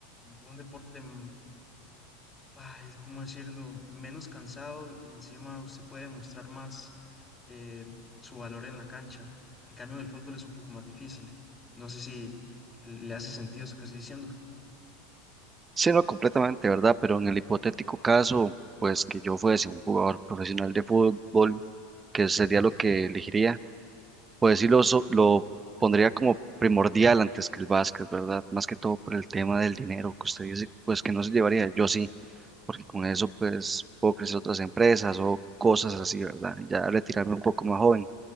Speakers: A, on the left; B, on the right.
A: un deporte, mm, ay, ¿cómo decirlo?, menos cansado y encima usted puede demostrar más eh, su valor en la cancha. En cambio, en el fútbol es un poco más difícil. No sé si le hace sentido eso que estoy diciendo.
B: Sí, no completamente, ¿verdad? Pero en el hipotético caso, pues que yo fuese un jugador profesional de fútbol, que sería lo que elegiría, pues sí lo, so- lo pondría como primordial antes que el básquet, ¿verdad? Más que todo por el tema del dinero que usted dice, pues que no se llevaría, yo sí, porque con eso pues puedo crecer otras empresas o cosas así, ¿verdad? Ya retirarme un poco más joven